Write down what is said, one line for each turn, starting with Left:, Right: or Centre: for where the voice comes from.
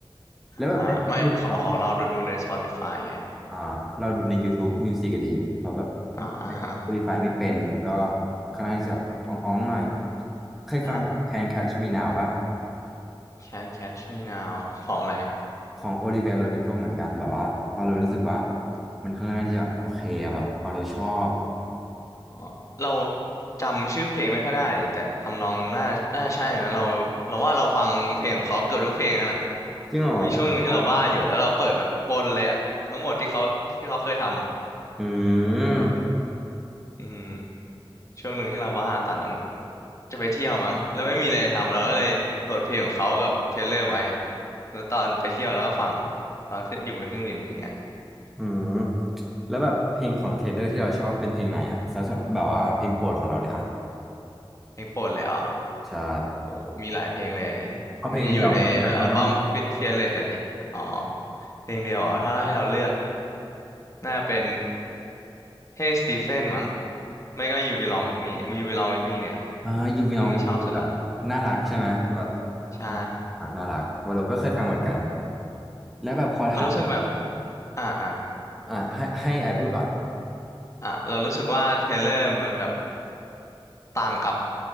Left: อ่าไม่ของของเราดูดูใน
Centre: แล้วแบบได้เเขา
Left: Spotify ไง
Centre: อ่าเราดูใน YouTube Music อะดีเขาแบบ
Left: อ่าฮะ
Centre: Spotify ไม่เป็นก็ค่อนข้างที่จะอ่องๆหน่อยเคยฟังแบบ
Left: อ่า
Centre: Can Catch Me Now ป่ะ
Left: Can Catch Me Now ของอะไร
Centre: ของ Olivia Rodrigo เหมือนกันแบบว่าพอเรารู้สึกว่ามันค่อนข้างที่จะโอเคอะแบบพอเราชอบ
Left: อ๋อเราจำชื่อเพลงไม่ค่อยได้นี่แต่ทำนองน่าน่าใช่นะเราเราว่าเราฟังเพลงของเขาเกือบทุกเพลงแล้วนะ
Centre: จริงเหรอพอที่สุด
Left: มีช่วงหนึ่งที่เราบ้าอยู่แล้วเราเปิดแบบวนเลยอะทั้งหมดที่เขาที่เขาเคยทำอะ
Centre: อืม
Left: อืมช่วงหนึ่งที่เราบ้าตอนนั้นจะไปเที่ยวมั้งแล้วไม่มีอะไรทำเราก็เลยโหลดเพลงของเขากับเทรลเลอร์ไว้แล้วตอนไปเที่ยวเราก็ฟังตอนขึ้นอยู่บนเครื่องบินอย่างเงี้ย
Centre: อืมแล้วแบบเพลงของเทเลอร์ที่เราชอบเป็นเพลงไหนอะสำหรับแบบว่าเพลงโปรดของเราเลยอะ
Left: เพลงโปรดเลยอ๋อ
Centre: ใช่
Left: โอ้มีหลายเพลงเลย
Centre: เพราะเพลงเดียวไงที่เราชอบไหม
Left: มันจะอยู่ในอัลบั้ม Fearless นะดิ อ๋อ เพลงเดียวอ๋อถ้าให้เราเลือกน่าเป็น Hey Stephen มั้งไม่ก็ You Belong With Me You Belong With Me เนี่ย
Centre: อ่ายูวีนอวิแบบน่ารักใช่ไหมแบบ
Left: เพลงนี้ชอบสุดละ ใช่
Centre: น่ารักน่ารักวาโลก็เคยฟังเหมือนกันแล้วแบบขอถาม
Left: เรารู้สึกแบบอ่าอ่า
Centre: อ่ะให้ให้ไอพูดก่อน
Left: อ่าเรารู้สึกว่าเทเลอร์มันแบบต่างกับ